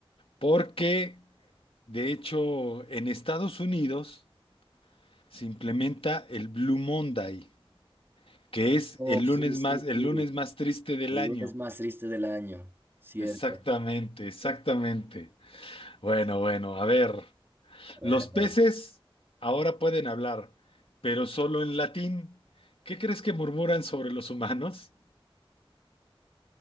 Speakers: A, on the left; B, on the right.
A: porque de hecho en Estados Unidos se implementa el Blue Monday, que es
B: Oh,
A: el
B: sí,
A: lunes
B: sí,
A: más, el
B: sí.
A: lunes más triste del
B: El
A: año.
B: lunes más triste del año. Cierto.
A: Exactamente, exactamente. Bueno, bueno, a ver.
B: A
A: Los
B: ver, a ver.
A: peces ahora pueden hablar, pero solo en latín. ¿Qué crees que murmuran sobre los humanos?